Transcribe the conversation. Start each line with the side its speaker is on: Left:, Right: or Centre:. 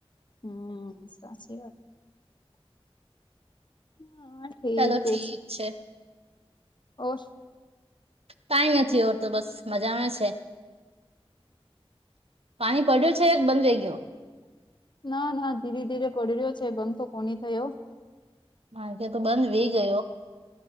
Left: હમ્મ સાચી વાત. હા
Right: ચલોો
Left: છે
Right: ઠીક છે.
Left: ઓર
Right: કાઈ નથી ઓતો બસ મજામાં છે. પાણી પડ્યું છે બંધ થયો.
Left: ના ના ધીરે ધીરે પડી રહ્યો છે બન તો કોની થયો.
Right: મા કે તો બંધ વે ગયો.